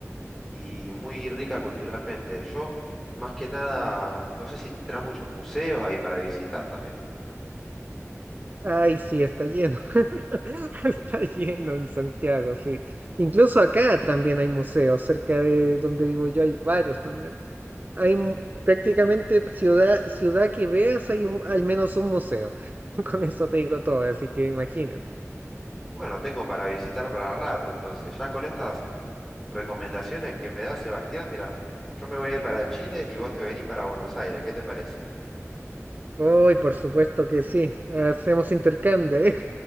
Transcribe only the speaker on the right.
Ay, sí, está lleno. <laughs> Está lleno en Santiago, sí. Incluso acá también hay museos, cerca de donde vivo yo hay varios también. Hay mu- prácticamente ciudad, ciudad que veas, hay un- al menos un museo. <laughs> Con eso te digo todo, así que imagínate.
Hoy, por supuesto que sí. Hacemos intercambio, <laughs> ¿eh?